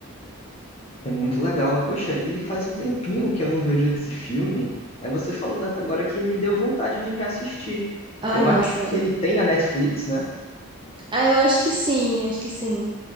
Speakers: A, on the left; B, on the right.
A: É muito legal. Poxa, e faz um tempinho que eu não vejo esse filme. É, você falou tanto agora que me deu vontade de reassistir.
B: Ai,
A: Eu
B: nossa.
A: acho que ele tem na Netflix, né?
B: Ah, eu acho que sim, acho que sim.